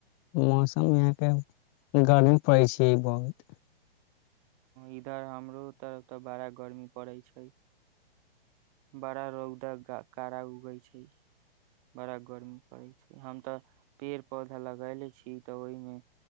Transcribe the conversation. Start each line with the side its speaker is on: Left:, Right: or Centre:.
Left: मौसम यहाँके गर्मी पड़ै छै बहुत
Right: इधर हमरो तरफ तऽ बड़ा गर्मी पड़ै छै बड़ा रौदक कड़ा उगै छै बड़ा गर्मी पड़े छै हम तऽ पेड़ पौधा लगले छीिय तऽ ओहिमे